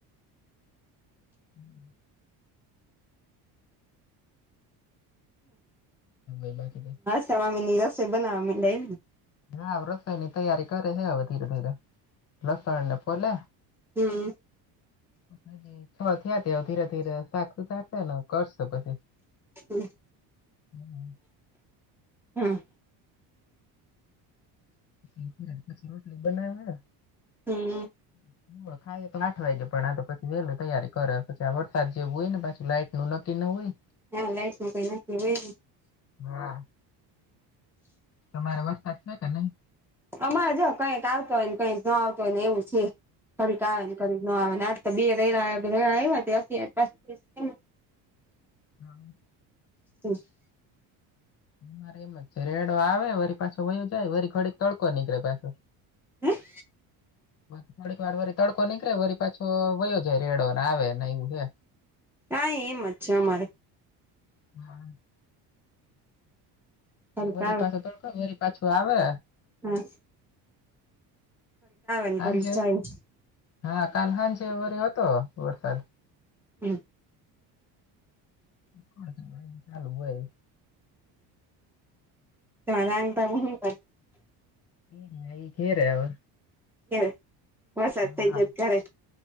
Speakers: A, on the left; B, in the centre.
A: <inaudible> <inaudible> બાકી રેય
B: સવા મઈને રસોઈ બનાવા મયડા એમ ને
A: હા રસોઈ ની તૈયારી કરે છે હવે ધીરે ધીરે લસણ ને ફોલે
B: હમ્મ
A: અને છ થયા ત્યા હવે ધીરે ધીરે શાક સુધારશે ને અવ કરશે પછી
B: હમ્મ
A: હમ.
B: હમ
A: <inaudible> પછી રોટલી બનાયવા
B: હમ્મ.
A: <inaudible> પણ ખાયે તો આઠ વાગે પણ આ તો પછી વેલું તૈયારી કરે પછી આ વરસાદ જેવું હોય ને પાછી લાઈટનું નક્કી ન હોય.
B: હા લાઈટનું કંઈ નક્કી નઈ
A: હા તમારે વરસાદ છે કે નઈ?
B: અમારે જો કંઈક આવતો હોયને કંઈક ન આવતો હોયને એવું છે. ઘરીક આવે ને ઘરીક ન આવે ને આજ તો બે રેયવા આયવા ત્યારથી અતાર સુધી છે ન
A: હા
B: <unintelligible>
A: મારેય એમ જ છે રેડો આવે વરી પાછો વયો જાય વરી ઘડીક તડકો નીકળે પાછો
B: હેં?
A: <unintelligible> ઘડીક વાર વરી તડકો નીકળે વરી પાછો વયો જાય રેડો ને આવે ને એવું હે
B: આંયે એમ જ છે અમારે
A: હા
B: કડીક
A: વરી પાછો તડકો વરી પાછો આવે
B: હં ને
A: હાંજ
B: કડીક જાય
A: હા કાલ હાંજે વરી હતો વરસાદ
B: હમ
A: ચાલુું હોય
B: કાંઈ રાંધતા નહી પણ
A: <inaudible> એ ધેરે હવે
B: <unintelligible> વરસાદ થઇ
A: હા
B: જાય ઘરે